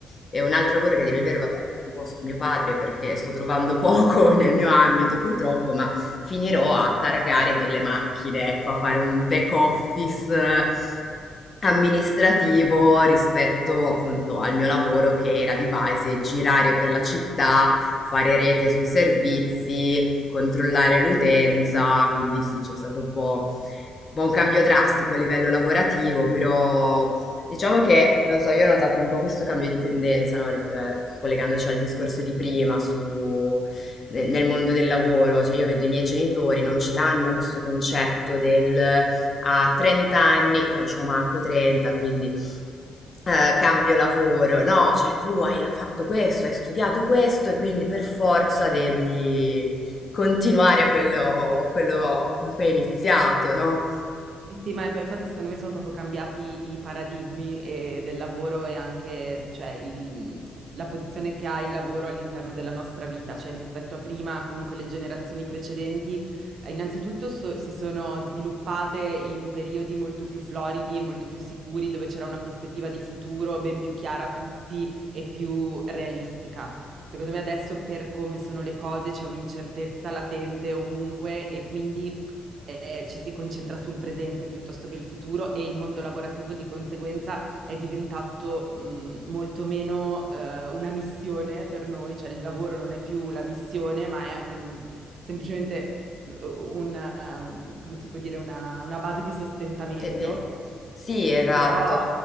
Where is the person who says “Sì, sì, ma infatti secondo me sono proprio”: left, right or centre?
Right